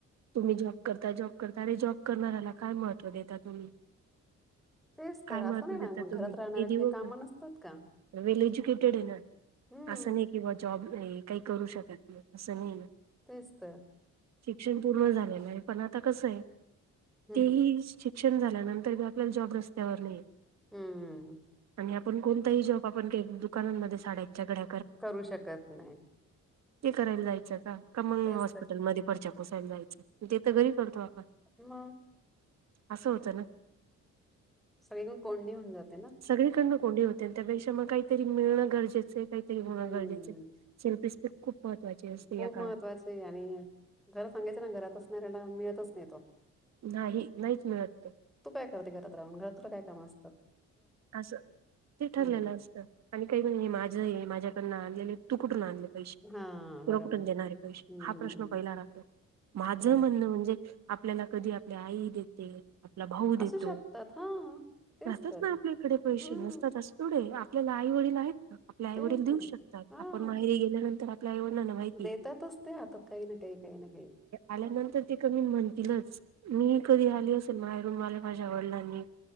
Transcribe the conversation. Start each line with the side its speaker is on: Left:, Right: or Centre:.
Right: तुम्ही जॉ करता जॉब करता अरे जॉब करणारला काय महत्त्व देता तुम्ही
Centre: तेच
Right: काय
Centre: तर असं
Right: महत्त्व
Centre: नाही
Right: देता
Centre: ना मग
Right: तुम्ही
Centre: घरात राहणाऱ्या
Right: ते दिवसभर
Centre: काही काम नसतात का
Right: वेल एज्युकेटेड आहे ना
Centre: हम्म
Right: असं नाही कि बा जॉब काही करू शकत नाही असं नाही ना.
Centre: तेच तर
Right: शिक्षण पूर्ण झालेलं आहे पण आता कसं आहे
Centre: हम्म
Right: ते ह शिक्षण झाल्यानंतर मी आपल्याला जॉब रस्त्यावर नाही
Centre: हम्म हम्.
Right: आणि आपण कोणताही जॉब आपण दुकानांमध्ये साडेच्याकडे
Centre: करू शकत नाही.
Right: ते करायला जायचं का मंग
Centre: तेच
Right: हॉस्पिटल
Centre: तर
Right: मध्ये पर्च्या पोसायला जायचं ते तर घरी करतो आप
Centre: हम.
Right: असं होतं ना.
Centre: सगळीकन कोंडी होऊन जाते ना.
Right: सगळीकडनं कोंडी होते त्यापेक्षा मग काहीतरी मिळणं गरजेचं आहे काहीतरी होणं
Centre: हम्म
Right: गरजेचं शिल्प स्प खूप. महत्त्वाची असते
Centre: खूप
Right: या काळात
Centre: महत्त्वाचे आणि घर सांगायचं ना घरात असणाऱ्याला मिळतच नाही तो
Right: नाही नाहीच मिळत
Centre: तू काय करते घरात राहून घरातुलं काय काम असत.
Right: असं ते
Centre: हम्म
Right: ठरलेलं असतं आणि काही म्हण हे माझं हे माझ्याकडन. तुकटून आणले. पैसे
Centre: हा
Right: तुला
Centre: बरोबर
Right: कुठून देणारे पैसे
Centre: हम्म
Right: हा
Centre: हम्म
Right: प्रश्न
Centre: हम्म
Right: पहिला राहतो माझं
Centre: खरंय
Right: म्हणणं म्हणजे आपल्याला कधी आपली आई देते आपला भाऊ देतो
Centre: असू शकतात. हां. तेच
Right: तसच
Centre: तर.
Right: ना. इकडे पैसे
Centre: हं.
Right: नसतात अस थोडे आपल्याला आई वडील आहेत. आपल्या आईवडील
Centre: तेच
Right: देऊ
Centre: ना.
Right: शकतात
Centre: हां.
Right: आपण माहेरी गेल्यानंतर आपल्या आईवडिंना माहिती.
Centre: देतातच ते हातात काही ना काही, काही ना काही.
Right: आल्यानंतर ते क मी म्हणतीलच. मी कधी आली असेल मायरूमवाले माझ्या वडलांनी